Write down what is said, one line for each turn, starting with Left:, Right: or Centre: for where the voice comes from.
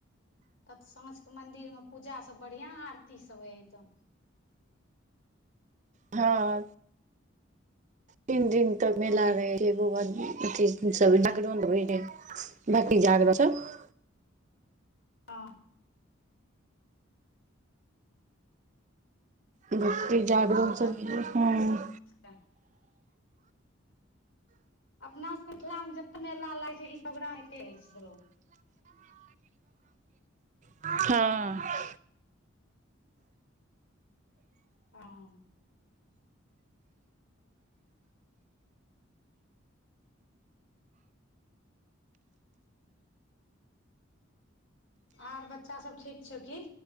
Left: तब तऽ साँझ के मंदिर में पूजा सब बढ़ियाँ आरती सब हो हय तऽ।
Right: हँ तीन दिन तक मेला
Left: हँ
Right: रहै अथ सबैउंड हो रह बकी जाग सब <unintelligible>
Left: हँ
Right: भक्ति
Left: लागै छै
Right: जागरण
Left: अपना
Right: सब हँ
Left: सबके अपना सबके मिथिला मे जते मेला लागै छै। ई प्रोग्राम होते रहै छै शुरू।
Right: हँ <unintelligible>
Left: हँ आर बच्चा सभ ठीक छौ की?